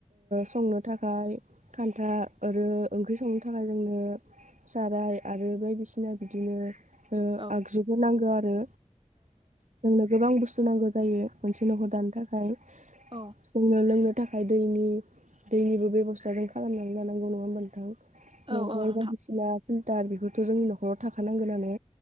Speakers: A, on the right; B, on the right.
A: संनो थाखाय खान्था आरो। ओंख्रि संनो थाखाय जोंनो साराय आरो बायदिसिना बिदिनो।
B: औ
A: आगजुबो नांगौ आरो जोंनो गोबां बुस्थु नांगौ जायो। मोनसे नखर दानो थाखाय।
B: औ
A: जोंनो लोंनो थाखाय दैनि दैनिबो बेबस्था जों खालामनानै लानांगौ नङा होमबा नोंथां।
B: औ
A: दंखल
B: औ नोंथां
A: बायदिसिना फिल्टार बेफोरथ जोंनि न'खराव थाखानांगोनानो।